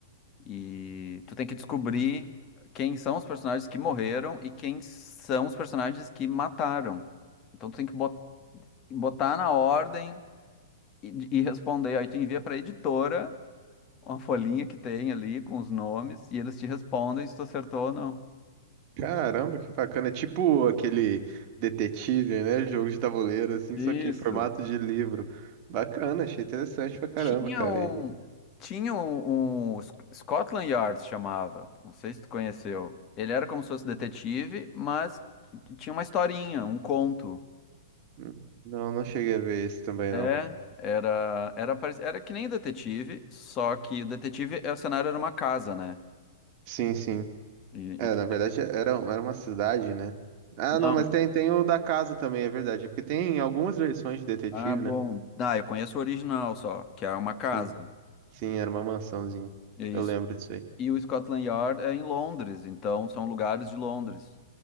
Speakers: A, on the left (about 30°); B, on the right (about 40°).
A: E tu tem que descobrir quem são os personagens que morreram e quem são os personagens que mataram. Então tu tem que bot- botar na ordem e, e responder. Aí tu envia pra editora uma folhinha que tem ali com os nomes e eles te respondem se tu acertou ou não.
B: Caramba, que bacana. É tipo aquele detetive, né? Jogo de tabuleiro, assim,
A: Isso.
B: só que em formato de livro. Bacana, achei interessante pra caramba,
A: Tinha
B: cara.
A: um,
B: E,
A: tinha um, um Sc- Scotland Yard chamava. Não sei se tu conheceu. Ele era como se fosse detetive, mas t- tinha uma historinha, um conto.
B: hum, não, não cheguei a ver esse também,
A: É,
B: não.
A: era, era, parec- era que nem detetive, só que o detetive, é- o cenário era uma casa, né?
B: Sim, sim.
A: E,
B: É,
A: e tu...
B: na verdade era, era uma cidade, né? Ah,
A: Não.
B: não, mas tem, tem o da casa também, é verdade. É porque tem algumas versões de detetive,
A: Ah, bom.
B: né?
A: Ah, eu conheço o original só, que é uma casa.
B: Sim. Sim, era uma mansãozinha.
A: É isso.
B: Eu lembro disso aí.
A: E o Scotland Yard é em Londres, então são lugares de Londres.